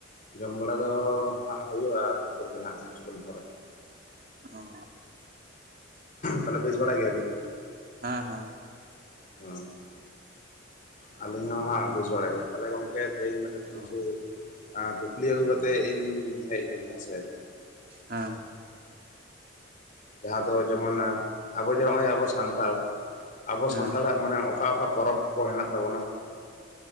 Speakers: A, on the left; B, on the right.
A: ᱡᱚᱢ ᱵᱟᱲᱟ ᱫᱚ ᱦᱟᱸᱜ ᱦᱩᱭᱩᱜᱼᱟ ᱱᱤᱛᱚᱜ ᱜᱮ ᱦᱟᱸᱜ ᱠᱤᱪᱷᱩ ᱠᱷᱚᱱ ᱯᱚᱨᱮ᱾
B: ᱚᱸ
A: ᱛᱟᱦᱚᱞᱮ ᱵᱮᱥ ᱵᱟᱲᱟ ᱜᱮᱭᱟᱵᱤᱱ ᱛᱚ?
B: ᱦᱮᱸ ᱦᱮᱸ ᱾
A: ᱦᱚᱸ᱾ ᱟᱹᱞᱤᱧ ᱦᱚᱸ ᱦᱟᱸᱜ ᱵᱮᱥ ᱵᱟᱲ ᱜᱮ ᱛᱟᱦᱚᱞᱮ ᱜᱚᱝᱠᱮ ᱛᱮᱦᱤᱧ ᱢᱤᱫᱴᱮᱱ ᱠᱤᱪᱷᱩ
B: ᱚ
A: ᱠᱩᱠᱞᱤ ᱟᱹᱜᱩ ᱠᱟ ᱠᱟᱛᱮᱫ ᱤᱧ ᱦᱮᱡ ᱟᱠᱟᱱᱟ ᱦᱮᱸ ᱥᱮ ᱾
B: ᱦᱮᱸ᱾
A: ᱡᱟᱦᱟᱸ ᱟᱫᱚ ᱡᱮᱢᱚᱱ ᱟᱵᱚ ᱡᱮ ᱦᱚᱜᱼᱚᱸᱭ ᱟᱵᱚ ᱥᱟᱱᱛᱟᱲ ᱟᱵᱚ
B: ᱦᱮᱸ
A: ᱥᱟᱱᱛᱟᱲᱟᱜ ᱢᱟᱱᱮ ᱚᱠᱟ ᱚᱠᱟ ᱯᱚᱨᱚᱵᱽ ᱠᱚ ᱦᱮᱱᱟᱜ ᱛᱟᱵᱚᱱᱟ?